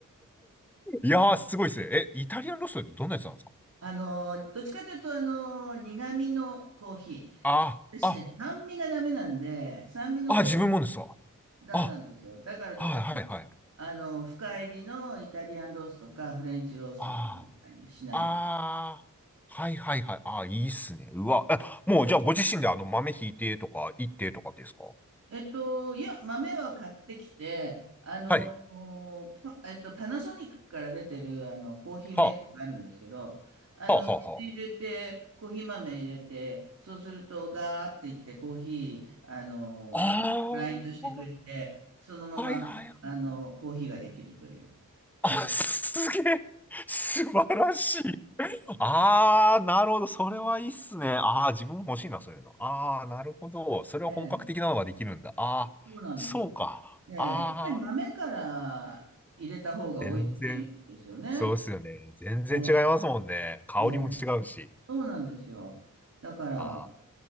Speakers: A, in the centre; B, on the right.
A: いやー、すごいっすね。え、イタリアンロストってどんなやつなんですか
B: あの、どっちかというと、あの、苦味のコーヒー。
A: あ、
B: 私ね、
A: あ、
B: 酸味がダメなんで、酸味のコーヒ
A: あ、自分もですわ。
B: ーダメなんですよ。
A: あ、
B: だからどうしても、
A: はいはいはい。
B: あの、深入りのイタリアンロースとか、フレンチロースとかなんかにしないと。
A: ああああはいはいはい。ああ、いいっすね。うわ、え、もうじゃあご自身であの豆ひいてとか、いってとかですか
B: えっと、いや、豆は買ってきて、あの、
A: はい。
B: おパ、えっと、パナソニックから出てる、あの、コーヒーメーカーがあるんですけど、
A: は
B: あの、
A: あ、はあ、はあ、
B: 水入れて、
A: は
B: コーヒー豆入れて、そうすると、ガーっていって、コーヒー、あの、
A: ああ
B: グラインドしてくれて、そのまま、
A: あ、はいはいはい。
B: あの、コーヒーができるという、
A: あ、
B: コーヒー。
A: すげえ。素晴らしい。ああ、なるほど。それはいいっすね。ああ、自分も欲しいな、そういうの。ああ、なるほど。それは本格的なのができるんだ。
B: ええ
A: ああ、
B: そうなんですよ。
A: そうか。
B: ええやっぱり豆から入れた方が美味しいですよね。
A: ああ、全然、そうっすよね。全然違いますもんね。
B: ええ
A: 香りも違うし。
B: ええそうなんですよ。だから、
A: ああ、